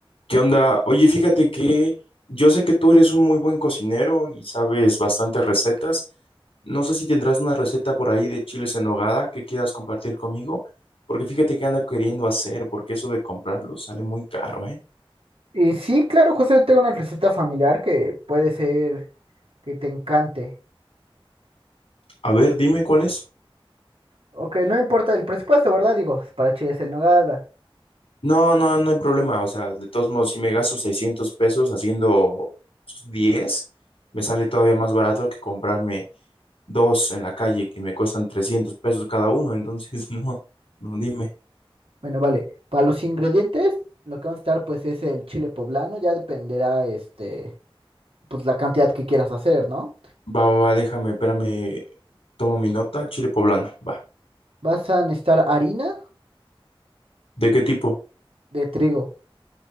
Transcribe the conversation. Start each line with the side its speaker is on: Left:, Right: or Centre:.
Left: ¿Qué onda? Oye, fíjate que yo sé que tú eres un muy buen cocinero y sabes bastantes recetas. No sé si tendrás una receta por ahí de chiles en nogada que quieras compartir conmigo, porque fíjate que ando queriendo hacer, porque eso de comprarlo sale muy caro, ¿eh?
Right: Y sí, claro, José, tengo una receta familiar que puede ser que te encante.
Left: A ver, dime cuál es.
Right: O que no importa el presupuesto, ¿verdad? Digo, para chiles en nogada.
Left: No, no, no hay problema. O sea, de todos modos, si me gasto 600 pesos haciendo 10, me sale todavía más barato que comprarme dos en la calle que me cuestan 300 pesos cada uno. Entonces, <laughs> no, no, dime.
Right: Bueno, vale. Para los ingredientes, lo que vamos a estar pues es el chile poblano. Ya dependerá, este, pues la cantidad que quieras hacer, ¿no?
Left: Va, va, va, déjame, espérame. Tomo mi nota, chile poblano. Va.
Right: Vas a necesitar harina
Left: ¿De qué tipo?
Right: de trigo,